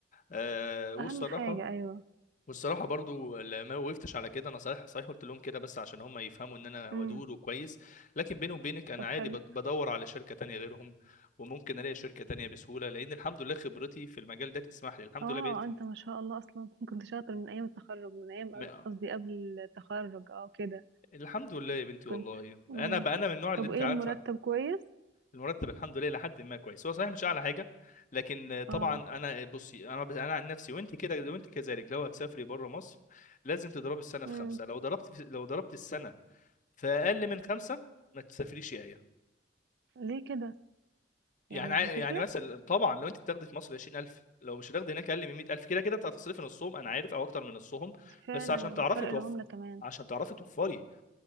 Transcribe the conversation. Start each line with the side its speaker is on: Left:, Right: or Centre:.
Left: آه والصراحه
Right: اهم حاجه ايوه
Left: والصراحة برضو لا- ما وقفتش على كده انا صحيح صحيح قلت لهم كده بس عشان هم يفهموا ان انا
Right: امم
Left: ودود وكويس لكن بيني وبينك انا
Right: طب
Left: عادي
Right: حلو
Left: بد- بدور على شركة تانية غيرهم وممكن الاقي شركة تانية بسهولة لان الحمد لله خبرتي في المجال ده تسمح لي الحمد
Right: اه
Left: لله بقيت
Right: انت ما شاء الله اصلا <laughs> كنت شاطر من ايام التخرج من ايام
Left: م...
Right: قصدي قبل التخرج اه كده
Left: الحمد لله يا بنتي والله
Right: كنت مم.
Left: انا بقى انا من النوع اللي
Right: طب
Left: انت
Right: وايه
Left: عارفة
Right: المرتب كويس
Left: المرتب الحمد لله لحد ما كويس هو صحيح مش اعلى حاجة لكن
Right: اه
Left: طبعا انا بصي انا انا عن نفسي وانت كده وانت كذلك لو هتسافري بره مصر لازم تضربي السنة
Right: مم.
Left: في خمسة لو ضربت لو ضربت السنة فاقل من خمسه ما تسافريش ايه
Right: ليه كده
Left: يعني
Right: يعني
Left: ع- يعني
Right: هتفرق
Left: مثلا طبعا لو انت بتاخدي في مصر 20000 لو مش هتاخدي هناك اقل من 100000 كده كده انت هتصرفي نصهم انا عارف او اكتر من نصهم
Right: فعلا
Left: بس عشان تعرفي
Right: الفرق
Left: توفري
Right: العملة كمان
Left: عشان تعرفي توفري <laughs>